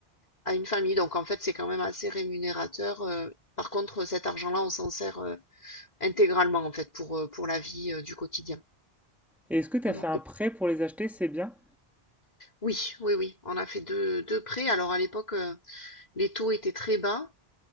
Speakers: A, on the left; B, in the centre.
A: à une famille. Donc en fait, c'est quand même assez rémunérateur. euh, par contre, cet argent-là, on s'en sert euh, intégralement en fait pour, euh, pour la vie euh, du quotidien.
B: Et est-ce que tu
A: Voilà.
B: as fait un
A: Et-
B: prêt pour les acheter? C'est bien.
A: oui, oui, oui. On a fait deux, deux prêts. Alors à l'époque, euh, les taux étaient très bas,